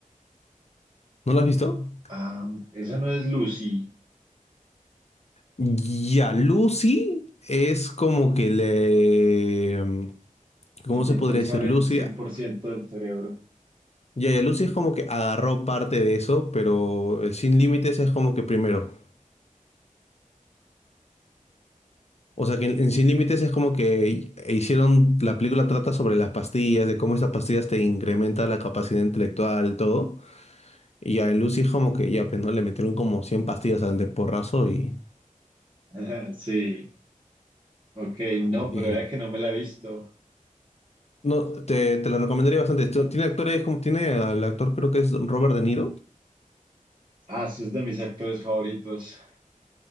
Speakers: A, on the left; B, on the right.
A: ¿No lo has visto?
B: Ah, esa no es Lucy.
A: Ya, Lucy es como que le... ¿Cómo
B: Intenta
A: se podría
B: usar
A: decir?
B: el
A: Lucy...
B: cien
A: Ya,
B: por ciento del cerebro.
A: ya, Lucy es como que agarró parte de eso, pero el Sin Límites es como que primero. O sea que en, en Sin Límites es como que hicieron, la película trata sobre las pastillas, de cómo esas pastillas te incrementan la capacidad intelectual, todo. Y ya en Lucy es como que ya, pues no, le metieron como 100 pastillas al de porrazo y...
B: <laughs> Sí, ok, no,
A: y-
B: pero vea que no me la he visto.
A: No, te, te la recomendaría bastante. Esto- Tiene actores como, tiene al actor creo que es Robert De Niro.
B: Ah, sí, es de mis actores favoritos.